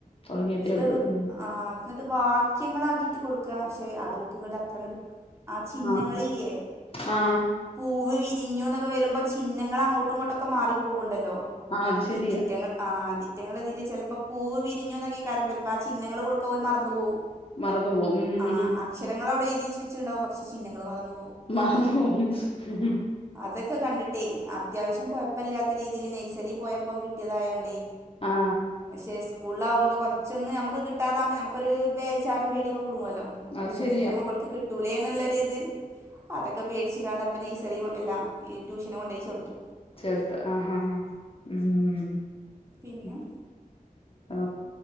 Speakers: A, on the left; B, on the right.
A: തുടങ്ങിയിട്ടേ
B: ഇതടു
A: ഉള്ളൂ ഉം
B: ആഹ് എന്നിട്ട് വാക്യങ്ങളാക്കിയിട്ട് കൊടുക്കുക പക്ഷെ അത് ഒ ക്ക് ഇങ്ങോട്ട് അത്രിട്ട് ആഹ്‌ ചിഹ്നങ്ങളില്ലേ
A: ആ ആ
B: പൂവ് വിരിഞ്ഞു എന്നൊക്കെ വരുമ്പോ ചിഹ്നങ്ങൾങ്ങോട്ട ഇങ്ങോട്ടൊക്കെ മാറിപ്പോവുണ്ടല്ലോ
A: ആ അത് ശരിയാ
B: ഇതിറ്റങ്ങൾ ആ ഇ തിറ്റങ്ങൾ ഇതില് ചിലപ്പോ പൂവ് വിരിഞ്ഞു എന്നൊക്കെ ആയികാരം അപ്പോ ആഹ്‌ ചിഹ്നങ്ങള്കൊടുക്കൻ ഓല് മറന്നു പോവും
A: മറന്നു പോവും ഉം
B: ആഹ്‌
A: ഉം ഉം
B: അക്ഷരങ്ങള അവി ടെ എഴുതിച്ച വെച്ചുണ്ടാവും പക്ഷ ചിഹ്ങ്ങളെ മറന്ന പോവും
A: മാമോഉം ഉം
B: ആ അതൊക്കെ കണ്ടിട്ടേ അത്യാവശ്യം കുഴപ്പമില്ലാത്ത രീതിൽ നെയ്സറി പോയപ്പം കിട്ടിയതായോ ണ്ടേ
A: ആ
B: പക്ഷേ സ്കൂളിലകുമ്പോൾ കുറൊചോ ന്ന് നമുക്ക് കിട്ടാതാകുമോൾ നമുക്കരു ബെ ചാറും പേടിയൊക്കെ കൂടുല്ലോ പഠിചോനെ
A: അത് ശരിയാ
B: ഇന്റെ മകൾക്ക് കിട്ടൂലേ എന്നുള്ളരു ഇത് അതൊക്കെ പേടിച്ച് കണ്ടഇ പ്പ നയ് സറി എല്ലാം ട്യൂഷന കൊണ്ടയി ചേർത്തു
A: ചെർത്ത ആഹ് ആഹ്‌ ആതീം
B: പിന്നെ
A: ഉ ഓ